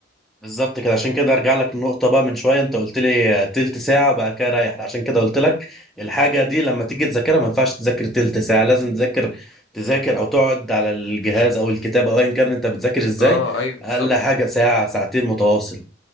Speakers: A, in the centre; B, on the left.
A: بالظبط كده عشان كده ارجع لك النقطة بقى من شوية انت قلت لي تلت ساعة بعد كده رايح عشان كده قلت لك الحاجة دي لما تيجي تذاكرها ما ينفعش تذاكر تلت ساعة لازم تذاكر تذاكر او تقعد على الجهاز او الكتاب او ايا كان انت بتذاكر ازاي
B: اه ايوه بالظبط
A: اقل حاجة ساعة ساعتين متواصل